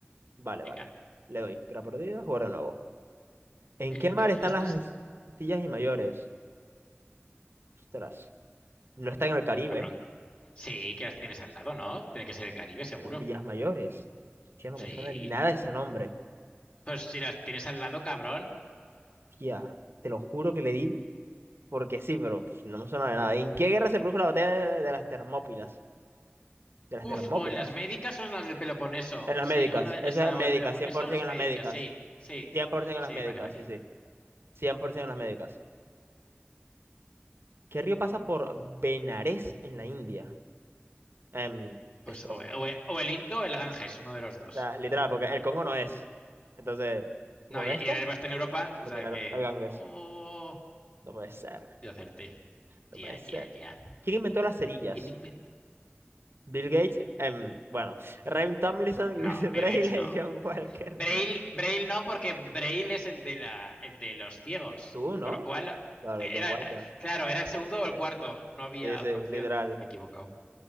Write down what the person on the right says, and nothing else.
Vale,
vale. Le doy. Crea perdida, jugar de nuevo. ¿En
qué mar
están
las Antillas y Mayores? Ostras. No está en el Caribe.
Antillas Mayores. Hostia, no
me suena ni nada ese nombre.
Tía, te lo juro que le di porque sí, pero pf, no me suena de
nada. ¿En qué guerra se produjo la batalla de, de las Termópilas? De las
Termópilas.
En las
médicas.
Eso
es médicas.
100%
en
las médicas.
100%
en las médicas,
sí, sí. 100% en las médicas. ¿Qué río pasa por Benares en la India? Em,
esto,
o
sea, literal, porque el Congo no es. Entonces, supongo
que este,
pues
mira,
el Ganges.
No puede ser,
no puede
ser.
¿Quién inventó las cerillas?
Bill Gates, em, bueno, Ryan Tomlinson,
<laughs> Luis
Braille
y John Walker.
¿Tú, no?
Claro,
John Walker.
Sí, sí,
literal.